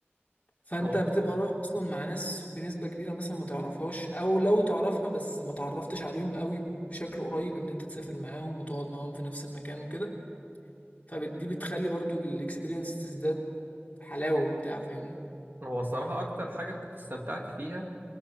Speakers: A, on the left (about 35°); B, on the right (about 55°).
A: فانت
B: هو
A: بتبقى رايح اصلا مع ناس بنسبه كبيره مثلا ما تعرفهاش او لو تعرفها بس ما تعرفتش عليهم قوي بشكل قريب ان انت تسافر معاهم وتقعد معاهم في نفس المكان وكده فدي بتخلي برضو الاكسبيرينس تزداد حلاوه وبتاع فاهمني
B: هو الصراحه اكتر حاجه كنت استمتعت فيها